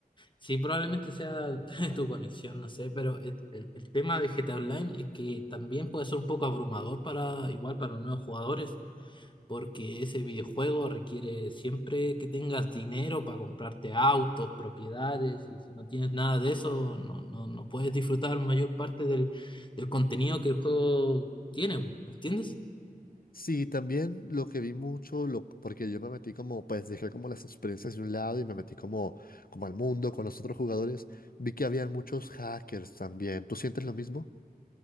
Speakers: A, on the left; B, on the left.
A: Sí, probablemente sea <laughs> tu conexión, no sé, pero et- el, el tema de GTA Online es que también puede ser un poco abrumador para, igual para los nuevos jugadores, porque ese videojuego requiere siempre que tengas dinero para comprarte autos, propiedades, y si no tienes nada de eso, no, no, no puedes disfrutar mayor parte del, del contenido que el juego tiene, po, ¿entiendes?
B: Sí, también lo que vi mucho, lo, porque yo me metí como, pues dejé como las experiencias de un lado y me metí como, como al mundo con los otros jugadores, vi que habían muchos hackers también. ¿Tú sientes lo mismo?